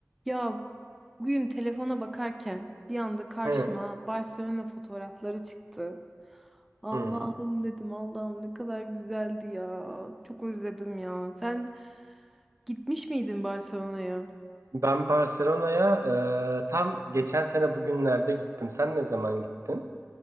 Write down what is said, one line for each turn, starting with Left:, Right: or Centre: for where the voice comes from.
Centre: Ya bugün telefona bakarken bir anda karşıma
Right: Hı,
Centre: Barcelona fotoğrafları çıktı. Allah'ım
Right: hı.
Centre: dedim Allah'ım ne kadar güzeldi ya. Çok özledim ya. Sen gitmiş miydin Barcelona'ya?
Right: Ben Barcelona'ya e, tam geçen sene bugünlerde gittim. Sen ne zaman gittin?